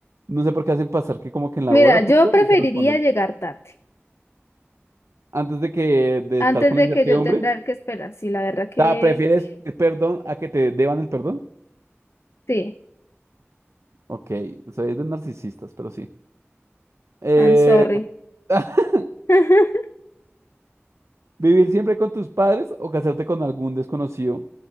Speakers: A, on the right (about 85°); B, on the left (about 65°).
A: no sé por qué hacen pasar que como que en la
B: Mira,
A: boda
B: yo
A: justo
B: preferiría
A: nunca responden.
B: llegar tarde,
A: Antes de que de
B: antes
A: estar con
B: de
A: la incertidumbre,
B: que yo tendrá que esperar. Sí, la verdad que,
A: ta, ¿prefieres
B: que-
A: pedir perdón a que te deban el perdón?
B: sí,
A: Ok, soy de narcisistas, pero sí. Eh,
B: I'm sorry.
A: <laughs>
B: <laughs>
A: Vivir siempre con tus padres o casarte con algún desconocido